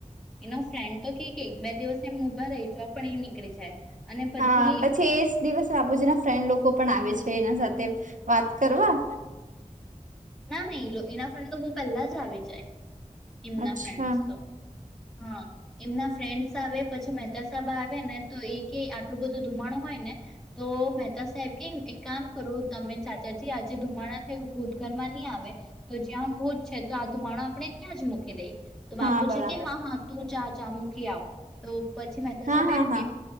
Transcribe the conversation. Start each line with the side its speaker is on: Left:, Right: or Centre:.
Centre: એનો ફ્રેન્ડ તો કે બે દિવસ એમ ઉભા રહી છ, પણ એ નીકળી જાય અને પછી
Right: હા એજ દિવસ બાપુજીના લોકો પણ આવે છે, એના સાથે વાત કરવા
Centre: ના ના એના ફ્રે, તો બહ પેલા જ આવી જાય એમના
Right: અચ્છા
Centre: ફ્રેન્ડ તો હા, એમના ફ્રેન્ડસ આવે પછી, મહેતા સાહેબ આવે ને તો એ કે આટલું બધું ધુમાણું હોય, ને તો મહેતા સાહેબ કે કામ કરો, તમે ચાચાજી આજે ધુમાડા થયા ઘરમાં નહી, આવે તો જ્યાં ભોજ છે, તો આ ધુમાણો આપણે ક્યાં જ મૂકી દઈએ તો બાપુ
Right: હા બરાબર
Centre: છે, કે હા હા તું ચા ચા મૂકી આવ તો પછી, મે
Right: હા
Centre: સાબમ
Right: હા હા